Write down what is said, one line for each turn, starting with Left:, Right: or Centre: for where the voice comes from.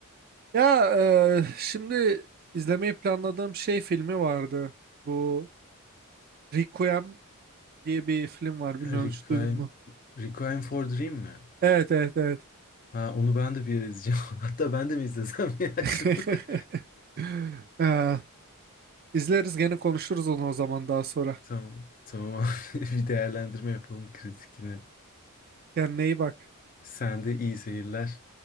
Right: Ya e, şimdi izlemeyi planladığım şey filmi vardı. Bu Requiem diye bir film var. Bilmiyorum
Left: Ha, Requiem,
Right: hiç duydun mu?
Left: Requiem for Dream mi?
Right: Evet evet evet.
Left: Ha onu ben de bir yere izleyeceğim. <laughs> Hatta ben de mi izlesem ya
Right: <laughs>
Left: şimdi?
Right: Ee, izleriz gene konuşuruz onu o zaman daha sonra.
Left: <laughs> Tamam. Tamam abi. <laughs> Bir değerlendirme yapalım kritikini.
Right: Kendine iyi bak.
Left: Sen de iyi seyirler.